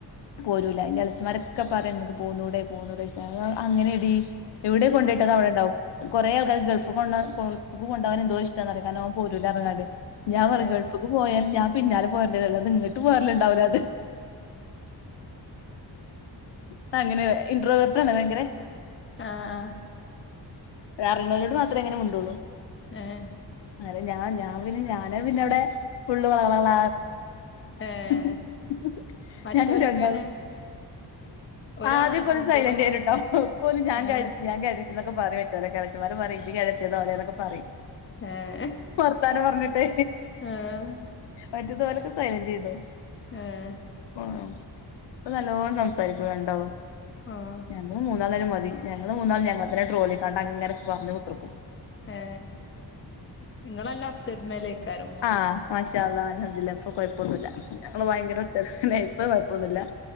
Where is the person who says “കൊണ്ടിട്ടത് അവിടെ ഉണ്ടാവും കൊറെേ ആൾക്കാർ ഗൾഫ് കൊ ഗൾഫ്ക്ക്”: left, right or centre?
Left